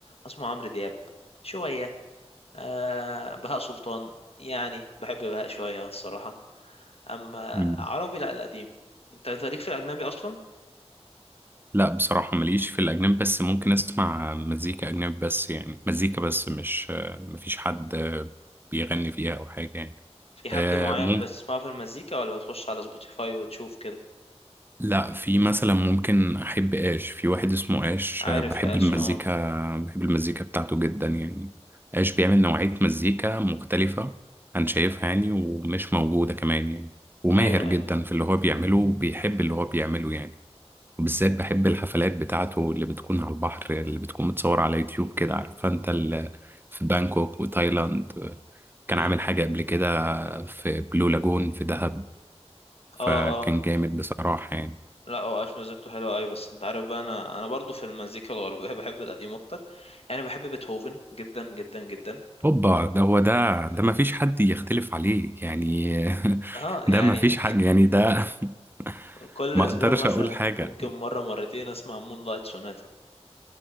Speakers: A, on the left; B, on the right.
A: اسمع عمرو دياب شوية آه بهاء سلطان يعني بحب بهاء شوية الصراحة أما
B: مم.
A: عربي لا القديم أنت أنت ليك في الأجنبي أصلا
B: لا بصراحة ماليش في الأجنبي بس ممكن أسمع مزيكا أجنبي بس يعني مزيكا بس مش مفيش حد بيغني فيها أو حاجة يعني
A: في حد
B: آه،
A: معين
B: مم...
A: بتسمعه في المزيكا ولا بتخش على سبوتيفاي وتشوف كده
B: لا في مثلا ممكن أحب آش في واحد اسمه آش
A: عارف
B: آه، بحب
A: آش
B: المزيكا
A: أه
B: بحب المزيكا بتاعته جدا يعني آش بيعمل نوعية مزيكا مختلفة عن شايفها يعني ومش موجودة كمان يعني وماهر
A: أيوه
B: جدا
A: أيوه
B: في اللي هو بيعمله وبيحب اللي هو بيعمله يعني وبالذات بحب الحفلات بتاعته اللي بتكون على البحر اللي بتكون متصورة على يوتيوب كده عارف انت ال- في بانكوك وتايلاند كان
A: أمم
B: عامل حاجة قبل كده في بلو لاجون في دهب فكان
A: أه أه
B: جامد بصراحة يعني
A: لا هو آش مزيكته حلوة أوي بس أنت عارف بقى أنا أنا برضو في المزيكا الغربية <laughs> بحب القديم أكتر يعني بحب بيتهوفن جدا جدا جدا
B: هوبا ده هو ده ده ما فيش حد يختلف عليه يعني <laughs>
A: أه يعني
B: ده ما فيش حاجة يعني ده <laughs>
A: كل
B: ما
A: أسبوع
B: اقدرش
A: مثلا
B: اقول حاجة
A: ممكن مرة مرتين أسمع مون لايت سوناتا